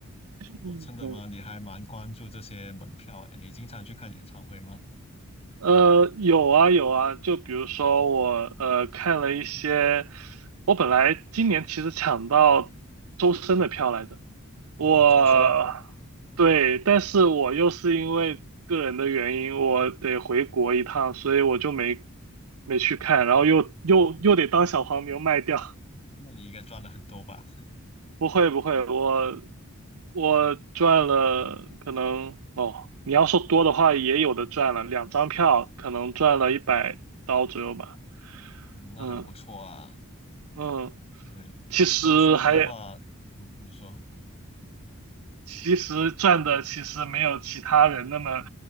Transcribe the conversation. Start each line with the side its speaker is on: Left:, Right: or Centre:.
Right: <laughs>
Left: 哦，
Right: 嗯，
Left: 真的吗？
Right: 嗯
Left: 你还蛮关注这些门票，哎，你经常去看演唱会吗？
Right: 呃，有啊有啊，就比如说我呃看了一些，我本来今年其实抢到周深的票来着。
Left: 哦，
Right: 我
Left: 周深，
Right: 对，但是我又是因为个人的原因，我得回国一趟，所以我就没没去看，然后又又又得当小黄牛卖掉。<laughs>
Left: 那你应该赚了很多吧？
Right: 不会不会，我我赚了，可能哦，你要说多的话，也有的赚了，两张票可能赚了一百刀左右吧。
Left: 嗯，那还不错啊。
Right: 嗯嗯，
Left: 对，
Right: 其实还
Left: 这周深的话，嗯，你说，
Right: 其实赚的其实没有其他人那么